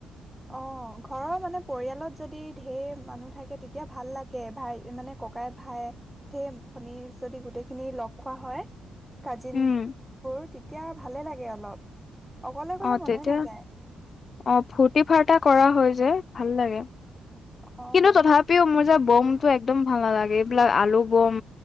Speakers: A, in the centre; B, on the left.
A: অ ঘৰৰ মানে পৰিয়ালত যদি ঢেৰ মানুহ থাকে তেতিয়া ভাল লাগে। ভাই মানে ককাই ভাই, সেই ভনী যদি গোটেই খিনি লগ খোৱা হয়। কাজিন
B: উম
A: বোৰ তেতিয়া ভালে লাগে আৰু। ব্লগ <unintelligible> অকলে অকলে
B: অ
A: মনে
B: তেতিয়া
A: নেযায়।
B: অ ফুৰ্তি ফাৰ্তা কৰা হয় যে ভাল লাগে।
A: অ',
B: কিন্তু তথাপিও মোৰ যে ব'ম টো একদম ভাল নালাগে, এইবিলাক আলু বম